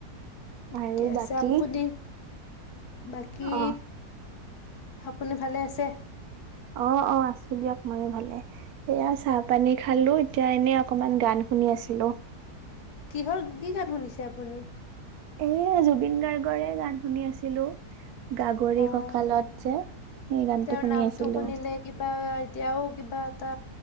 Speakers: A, on the left (about 70°); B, on the right (about 70°).
A: ঠিকে
B: আৰু
A: আছে
B: বাকী
A: আপুনি বাকী
B: অ
A: আপুনি ভালে আছে
B: অঁ অঁ আছোঁ দিয়ক ময়ো ভালে সয়া চাহ পানী খালো এতিয়া এনে অকমান গান শুনি আছিলো
A: কিহৰ কি কাত শুনিছে আপুনি
B: এয়া জুবিন গাৰ্গৰে গান শুনি আছিলো গাগৰি
A: অ',
B: কঁকালত যে সেই গানটো
A: তেওঁৰ
B: শুনি
A: নামটো
B: আছিলো
A: শুনিলে কিবা এতিয়াও কিবা এটা